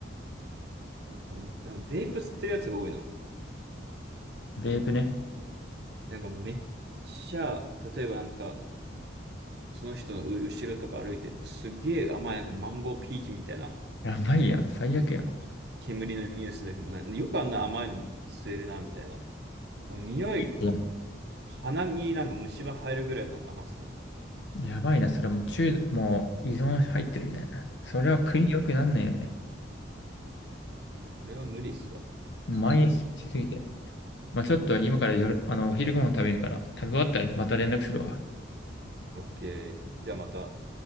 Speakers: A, on the right; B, on the left.
A: なんかね、でもベイプ吸ってるやつが多いの。
B: ベープね。
A: なんかめっちゃ、例えばなんか、その人の後ろとか歩いてるの、すげえ甘い、なんかマンゴーピーチみたいな、
B: やばいやん。最悪やん。
A: なんか煙のニュースだけどもない、よくあんな甘いの吸えるな、みたいな。もう匂い、
B: いや、
A: 鼻になんか虫歯入るぐらいなんか甘さなの。
B: やばいな。それもう中、もう依存入ってるみたいな。それは国良くなんないよね。
A: そう。いや、これは無理っすわ。
B: 毎日しすぎて。
A: そんな、
B: まあちょっと今からよる、あの、お昼ご飯食べるから、食べ終わったらまた連絡するわ。
A: オッケー。じゃあまた。